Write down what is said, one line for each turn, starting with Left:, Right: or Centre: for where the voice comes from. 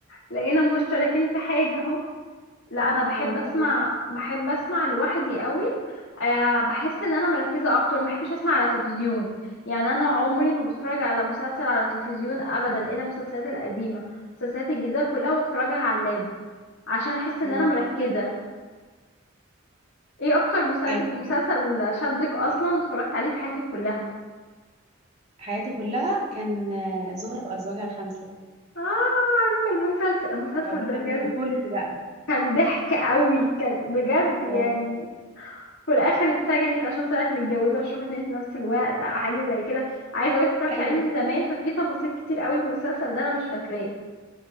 Left: لقينا مشتركين في حاجة أهو لا أنا بحب
Right: <laughs> اه كويس
Left: أسمع بحب أسمع لوحدي قوي آه، بحس إن أنا مركزة أكتر وما بحبش أسمع على تلفزيون يعني أنا عمري ما بتفرج على مسلسل على تلفزيون أبدا إلا المسلسلات القديمة المسلسلات الجديدة كلها بتفرجها على اللاب عشان أحس
Right: امم
Left: إن أنا مركزة إيه أكتر مسل-
Right: ايوه
Left: مسلسل شدك أصلا اتفرجت عليه في حياتك كلها
Right: حياتي كلها كان آه، زهرة وازواجها الخمسة
Left: اه عارفة المسلسل المسلسل
Right: اه ده
Left: ده
Right: كان
Left: بجد
Right: طفولتي بقى
Left: كان ضحك قوي كان بجد يعني
Right: اه
Left: في الاخر اتسجنت عشان طلعت متجوزة مش عارفة اتنين في نفس الوقت او حاجة زي كده عايزة اقولك اتفرجت
Right: ايوه
Left: عليه من زمان ففي تفاصيل كتير قوي من المسلسل ده انا مش فاكراه